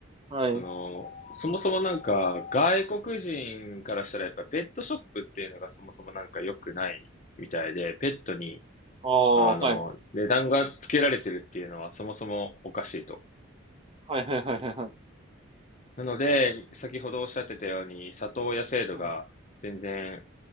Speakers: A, on the right; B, on the left.
A: はい。
B: その、そもそもなんか、外国人からしたらやっぱペットショップっていうのがそもそもなんか良くないみたいで、ペットに、
A: ああ、
B: あの、
A: はい。
B: 値段がつけられてるっていうのはそもそもおかしいと。
A: はいはいはいはいはい。
B: なので、先ほどおっしゃってたように、里親制度が全然、
A: あの